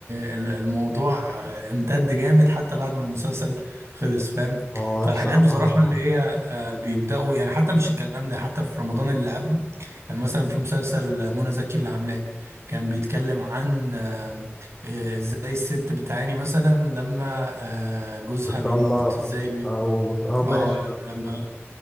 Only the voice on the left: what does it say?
أه
ده بصراحة
آه آه
بتطلع
أو بت... أه ماشي
آه، بتموت